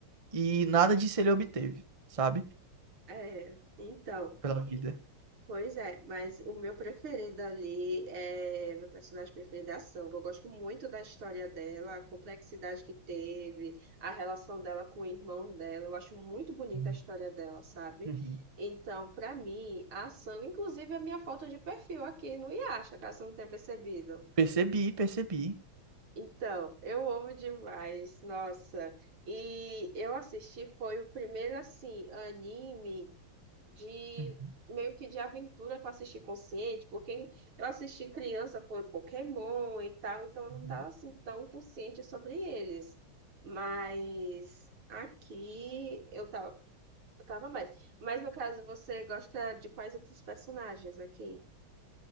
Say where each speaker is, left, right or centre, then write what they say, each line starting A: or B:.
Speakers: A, on the right; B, on the right.
A: E nada disso ele obteve, sabe?
B: É, então.
A: Pela vida.
B: Pois é, mas o meu preferido ali é meu personagem preferido é a Samba. Eu gosto muito da história dela, a complexidade que teve, a relação dela com o irmão dela. Eu acho muito bonita
A: Uhum.
B: a história dela, sabe?
A: Uhum.
B: Então, pra mim, a Samba, inclusive, é a minha foto de perfil aqui no Yasha, caso você não tenha percebido.
A: Percebi, percebi.
B: Então, eu amo demais, nossa. E eu assisti, foi o primeiro, assim, anime de
A: Uhum.
B: meio que de aventura que eu assisti com porque eu assisti criança, foi Pokémon e tal, então eu não
A: Uhum.
B: estava assim tão consciente sobre eles. Mas aqui eu tava, eu tava mais. Mas no caso, você gosta de quais outros personagens aqui?